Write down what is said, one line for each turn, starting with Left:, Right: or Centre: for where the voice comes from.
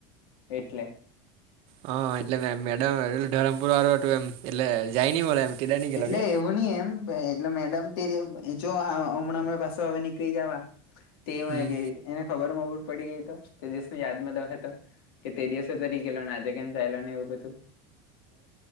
Left: એટલે
Right: હા એટલે મેડમ ધરમપુર વાળું હતુ, એમ એટલે જાય નહ બો એમ તે દાડ ની ગેલો
Left: એટલે
Right: કે
Left: એવું ની એમ એટલે મેડમ તે જો હમણાં હમ, પાછ હવે નીકળી જવા તે
Right: હમ
Left: એને ખબરમાંબર પડી ગઈ તો તે દેશને યાદમાં દખે તો કે તે દિવસો તો ની ગેલા ને આજે કેમ ચાયલો ને એવું બધુ